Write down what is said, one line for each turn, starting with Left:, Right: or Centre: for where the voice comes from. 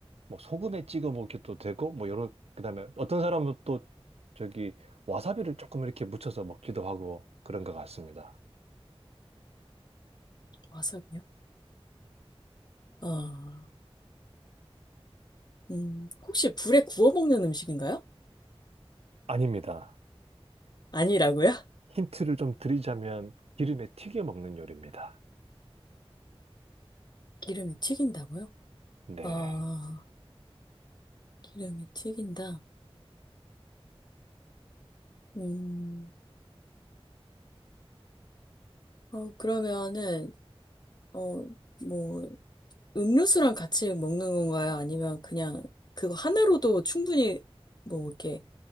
Right: 뭐 소금에 찍어 먹기도 되고 뭐 여러 그다음에 어떤 사람은 또 저기 와사비를 조금 이렇게 묻혀서 먹기도 하고 그런 것 같습니다.
Left: 와사비요? 아, 음, 혹시 불에 구워 먹는 음식인가요?
Right: 아닙니다.
Left: 아니라고요?
Right: 힌트를 좀 드리자면 기름에 튀겨 먹는 요리입니다.
Left: 기름이 튀긴다고요?
Right: 네.
Left: 아, 기름이 튀긴다. 음, 어, 그러면은, 어, 뭐, 음료수랑 같이 먹는 건가요? 아니면 그냥 그거 하나로도 충분히 뭐, 이렇게